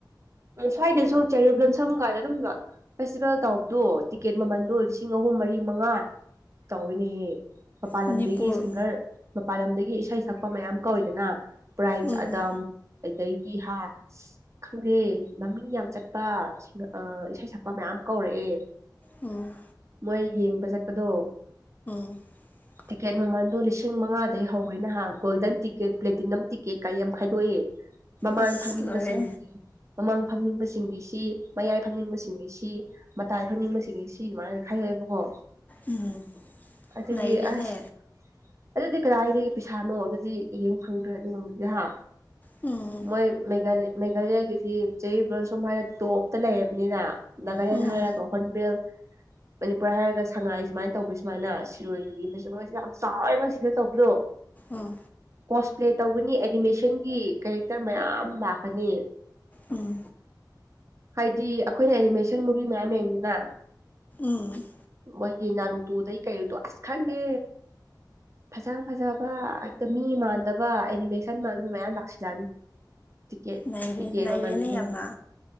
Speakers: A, on the right (about 40°); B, on the left (about 20°).
A: ꯎ ꯁ꯭ꯋꯥꯏꯗꯁꯨ ꯆꯦ ꯂꯣꯟ ꯁꯝ ꯀꯥꯏꯗ ꯑꯗꯨꯝ ꯂ ꯐꯦꯁꯇꯤꯚꯦꯜ ꯇꯥꯎꯕꯗꯣ ꯇꯤꯛꯀꯦꯠ ꯃꯃꯟꯗꯣ ꯂꯤꯁꯤꯡ ꯑꯍꯨꯝ ꯃꯔꯤ ꯃꯉꯥ ꯇꯧꯤꯅꯦꯍꯦ ꯃꯄꯥꯜ
B: ꯃꯅꯤꯄꯨꯔ
A: ꯂꯝꯗꯒꯤ ꯁꯤꯡꯒꯔ ꯃꯄꯥꯟ ꯂꯝꯗꯒꯤ ꯏꯁꯩ ꯁꯛꯄ ꯃꯌꯥꯝ ꯀꯧꯏꯗꯅ ꯕ꯭ꯔꯥꯏꯟꯁ
B: ꯎꯝ
A: ꯑꯗꯝ ꯑꯩꯗꯒꯤ ꯍꯥ ꯈꯪꯗꯦ ꯃꯃꯤꯡ ꯌꯥꯝ ꯆꯠꯄꯁꯤꯡ ꯏꯁꯩ ꯁꯛꯄ ꯃꯌꯥꯝ ꯀꯧꯔꯛꯑꯦ
B: ꯎꯝ
A: ꯃꯣꯏ ꯌꯦꯡꯕ ꯆꯠꯄꯗꯣ
B: ꯋꯥ
A: ꯇꯤꯛꯀꯦꯠ ꯃꯃꯟꯗꯣ ꯂꯤꯁꯤꯡ ꯃꯉꯥꯗꯩ ꯍꯧꯦ ꯅꯍꯥꯟ ꯒꯣꯜꯗꯟ ꯇꯤꯛꯀꯦꯠ ꯄ꯭ꯂꯦꯇꯤ ꯅꯝ ꯇꯤꯛꯀꯦꯠ ꯀꯩ ꯌꯥꯝ ꯈꯥꯏꯗꯣꯛꯏꯦ ꯃꯃꯥꯡ
B: ꯑꯁ
A: ꯐꯪꯅꯤꯡꯕꯁꯤꯡꯒꯤ
B: ꯂꯣꯏꯔꯦ
A: ꯃꯃꯥꯡ ꯐꯪꯅꯤꯡꯕꯁꯤꯡꯒꯤꯁꯤ ꯃꯌꯥꯏ ꯐꯪꯅꯤꯡꯕꯁꯤꯡꯒꯤꯁꯤ ꯃꯇꯥꯏ ꯐꯪꯅꯤꯡꯕꯁꯤꯡꯁꯦ ꯁꯤ ꯑꯗꯨꯃꯥꯏꯅꯒ ꯈꯥꯏꯗꯣꯛꯑꯦꯕꯀꯣ
B: ꯎꯝ
A: ꯑꯗꯨꯗꯒꯤ
B: ꯅꯩꯔꯦꯅꯦ
A: ꯑꯁ ꯑꯗꯨꯗꯤ ꯀꯗꯥꯏꯗꯒꯤ ꯄꯩꯁꯥꯅꯣ ꯑꯗꯨꯗꯤ ꯍꯡ ꯐꯪꯗ꯭ꯔꯦ ꯑꯗꯨꯒꯨꯝꯕꯗꯤ ꯍꯥ
B: ꯎꯝ
A: ꯃꯣꯏ ꯃꯦꯘ ꯃꯦꯘꯥꯂꯌꯥ ꯌꯥꯒꯦ ꯆꯍꯤ ꯁꯨꯝ ꯍꯥꯏꯔꯒ ꯇꯣꯞꯇ ꯂꯩꯕꯅꯤꯅ ꯅꯥꯒꯥꯂꯦꯟ
B: ꯎꯝ
A: ꯍꯥꯏꯔꯒ ꯍꯣꯟꯕꯦꯜ ꯃꯅꯤꯄꯨꯔ ꯍꯥꯏꯔꯒ ꯁꯉꯥꯏ ꯁꯨꯃꯥꯏꯅ ꯇꯧꯕ ꯁꯨꯃꯥꯏꯅ ꯁꯤꯔꯣꯏꯒꯤ ꯐꯦꯁ ꯃꯣꯏꯁꯤꯗ ꯌꯥꯝ ꯆꯕ ꯁꯤꯗ ꯇꯧꯕꯗꯣ
B: ꯎꯝ
A: ꯀꯣꯁ ꯄ꯭ꯂꯦ ꯇꯧꯒꯅꯤ ꯑꯦꯅꯤꯃꯦꯁꯟꯒꯤ ꯀꯦꯔꯦꯛꯇꯔ ꯃꯌꯥꯝ ꯂꯥꯛꯀꯅꯤ
B: ꯎꯝ
A: ꯍꯥꯏꯗꯤ ꯑꯩꯈꯣꯏꯅ ꯑꯦꯅꯤꯃꯦꯁꯟ ꯃꯨꯚꯤ ꯃꯌꯥꯝ ꯌꯦꯡꯗꯅ
B: ꯎꯝ
A: ꯃꯣꯏꯒꯤ ꯅꯥꯔꯨꯗꯨ ꯑꯗꯩ ꯀꯩꯔꯨꯗꯣ ꯑꯁ ꯈꯪꯗꯦ ꯐꯖ ꯐꯖꯕ ꯍꯦꯛꯇ ꯃꯤ ꯃꯥꯟꯗꯕ ꯑꯦꯅꯤꯃꯦꯁꯟ ꯃꯥꯟꯕ ꯃꯌꯥꯝ ꯂꯥꯛꯁꯤꯜꯂꯛꯑꯅꯤ ꯇꯤꯀꯦ
B: ꯅꯩꯔꯦ
A: ꯇꯤꯀꯦꯕ
B: ꯅꯩꯔꯦꯅꯦ
A: ꯃꯖ
B: ꯌꯥꯝꯅ